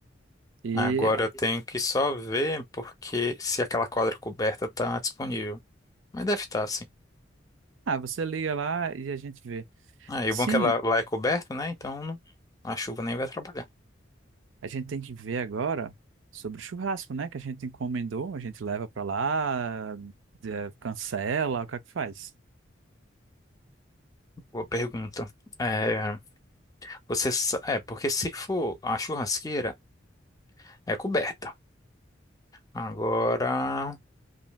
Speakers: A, on the right; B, on the left.
A: E
B: Agora eu tenho que só ver porque se aquela quadra coberta tá disponível. Mas deve estar, sim.
A: ah, você liga lá e a gente vê.
B: Ah, e
A: Sim,
B: o bom é que ela lá é coberta, né? Então não- a chuva nem vai atrapalhar.
A: a gente tem que ver agora sobre o churrasco, né? Que a gente encomendou, a gente leva pra lá, eh, cancela, o que é que faz?
B: Boa pergunta. É, você, sa- é, porque se for a churrasqueira, é coberta. Agora.